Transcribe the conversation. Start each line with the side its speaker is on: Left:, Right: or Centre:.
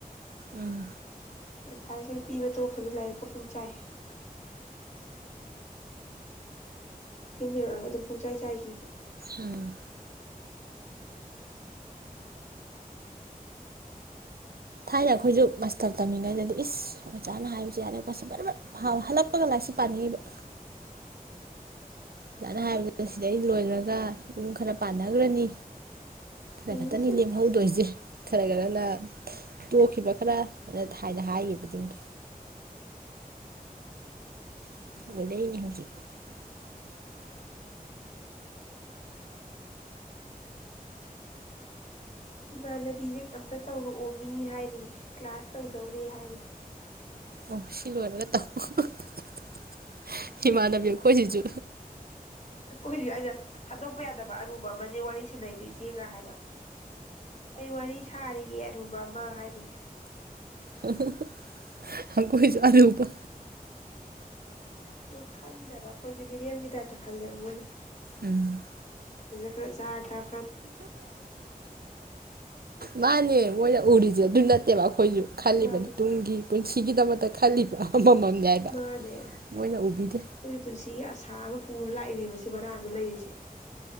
Right: ꯎꯝ
Left: ꯑꯦꯠꯚꯥꯏꯁ ꯍꯦꯛ ꯄꯤꯕ ꯇꯣꯛꯈꯤꯕꯗꯤ ꯂꯥꯏꯔꯤꯛꯀ ꯄꯨꯡꯆꯥꯏ ꯌꯨꯝ ꯌꯧꯔꯛꯑꯒ ꯑꯗꯨꯝ ꯄꯨꯡꯆꯥꯏ ꯆꯥꯏꯒꯤꯕ
Right: ꯎꯝ ꯊꯥꯏꯅ ꯑꯩꯈꯣꯏꯁꯨ ꯃꯁꯇꯔ ꯇꯝꯃꯤꯉꯩꯗꯗꯤ ꯏꯁ ꯑꯣꯖꯥꯅ ꯍꯥꯏꯕꯁꯨ ꯌꯥꯔꯦ ꯍꯜꯂꯛꯄꯒ ꯂꯥꯏꯔꯤꯛꯁꯤ ꯄꯥꯅꯤꯡꯉꯤꯕ ꯑꯣꯖꯥꯅ ꯍꯥꯏꯕꯗꯨꯗ ꯁꯤꯗꯩ ꯂꯣꯏꯈ꯭ꯔꯒ ꯑꯗꯨꯝ ꯈꯔ ꯄꯥꯟꯅꯈ꯭ꯔꯅꯤ ꯈꯔ
Left: ꯎꯝ
Right: ꯈꯇꯅꯤ ꯂꯦꯝꯍꯧꯗꯣꯏꯁꯦ ꯈꯔ ꯈꯔꯅ ꯇꯣꯛꯈꯤꯕ ꯈꯔ ꯍꯥꯏꯅ ꯍꯥꯏꯈꯤꯕꯁꯤꯡ <inaudible>
Left: ꯏꯃꯥꯟꯅꯕꯤꯁꯦ ꯑꯝꯇ ꯇꯧꯔꯛꯑꯣ ꯃꯤ ꯍꯥꯏꯔꯤ ꯀ꯭ꯂꯥꯁ ꯇꯧꯗꯧꯔꯦ ꯍꯥꯏꯔꯤ
Right: ꯑꯣ ꯁꯤꯂꯣꯏꯔ ꯇꯧ <inaudible> ꯍꯤꯃꯅꯕꯤ ꯑꯩꯈꯣꯏꯁꯤꯖꯨ
Left: ꯑꯩꯈꯣꯏꯁꯨ ꯑꯩꯅ ꯊꯥꯗꯣꯛꯄ ꯌꯥꯗꯕ ꯑꯔꯨꯕ ꯑꯃꯅꯦ ꯋꯥꯔꯤ ꯁꯥꯟꯅꯩꯁꯦ ꯗꯦꯒ ꯍꯥꯏꯕ ꯑꯩ ꯋꯥꯔꯤ ꯁꯥꯔꯤꯌꯦ ꯑꯔꯨꯕ ꯑꯃ ꯍꯥꯏꯔꯤ
Right: ꯍꯥ ꯍꯥ ꯍꯥ ꯑꯩꯈꯣꯏꯁꯨ ꯑꯂꯨꯒꯥ
Left: ꯃꯣꯏ ꯈꯪꯗꯦꯕ ꯑꯩꯈꯣꯏꯁꯦ ꯃꯤꯔꯦꯝꯒꯤ ꯇꯥꯏꯞꯇ ꯈꯜꯂꯦꯕ ꯃꯣꯏꯅ
Right: ꯎꯝ
Left: ꯈꯔ ꯆꯥꯔ ꯊꯛ
Right: ꯃꯥꯅꯦ ꯃꯣꯏꯅ ꯎꯔꯤ ꯑꯗꯨ ꯅꯠꯇꯦꯕ ꯑꯩꯈꯣꯏꯁꯨ ꯈꯜꯂꯤꯕꯅꯤ
Left: ꯃꯥꯅꯦ
Right: ꯇꯨꯡꯒꯤ ꯄꯨꯟ ꯁꯤꯒꯤꯗꯃꯛꯇ ꯈꯜꯂꯤꯕ ꯑꯃꯃꯝꯅꯦ ꯍꯥꯏꯕ
Left: ꯃꯥꯅꯦ ꯑꯩꯈꯣꯏꯁꯨ
Right: ꯃꯣꯏꯅ ꯎꯕꯤꯗꯦ
Left: ꯄꯨꯟꯁꯤꯒꯤ ꯑꯁꯥ ꯑꯃ ꯄꯨꯔ ꯂꯥꯛꯏꯅꯦꯕ ꯁꯤ ꯕꯔꯥꯁꯦ ꯂꯩꯔꯤꯁꯦ